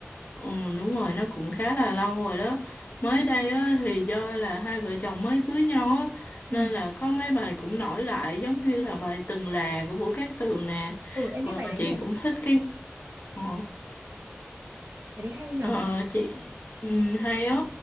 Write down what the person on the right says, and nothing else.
Ừ,
ừ em
biết bài đấy
nè,
bài đấy hay nhở.